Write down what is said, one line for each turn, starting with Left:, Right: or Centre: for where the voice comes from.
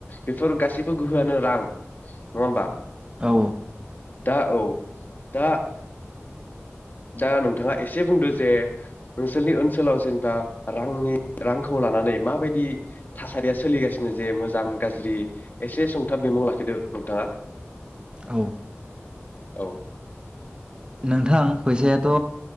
Left: बेफोर गासैबो गोहोआनो रां नङा होमबा।
Right: औ
Left: दा औ दा दा नोंथाङा एसे बुंदो जे नोंसोरनि ओनसोलाव जेनेबा रांनि रांखौ लानानै माबायदि थासारिया सोलिगासिनो जे मोजां गाज्रि एसे सुंथाब बिमुं लाखिदो नोंथाङा।
Right: औ ओ
Left: औ
Right: नोंथां फैसायाथ